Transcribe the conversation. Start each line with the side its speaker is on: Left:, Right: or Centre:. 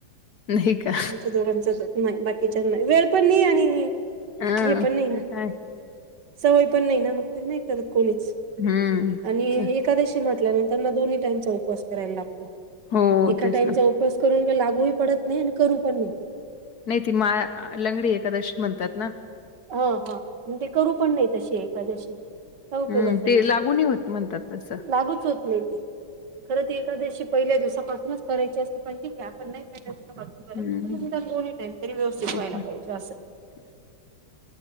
Left: नाही का?
Right: आमच्या दोघांचाच नाही बाकीच्या नाही., वेळ पण नाही आणि
Left: हा
Right: हे पण नाही
Left: ते
Right: ना.
Left: तर आहेच.
Right: सवय पण नाही ना मग ते नाही करत कोणीच
Left: हम्म
Right: आणि एकादशी म्हटल्यानंतर दोन्ही टाईमचा उपवास करायला लागतो.,
Left: हो
Right: एका
Left: तेच
Right: टाइमचा
Left: ना
Right: उपवास करून लागू ही पडत नाही., आणि करू पण नाही.
Left: नाही ती मा लंगडी एखादशी म्हणतात ना?
Right: हा-हा ते करू पण नाही. तशी एखाद्याशी काय उपयोगाचं
Left: हम्म ते
Right: नसतं.
Left: लागू म्हणतात तस
Right: लागूच होत नाही ती खरं ती एखाद्याशी पहिल्या दिवसापासूनच करायची असते पण ठीक आहे., आपण नाही पहिल्या दिवसापासून
Left: हम्म
Right: बर दोन्ही टाईम तरी व्यवस्थित
Left: तेच
Right: व्हायला
Left: ना
Right: पाहिजे असं.
Left: तेच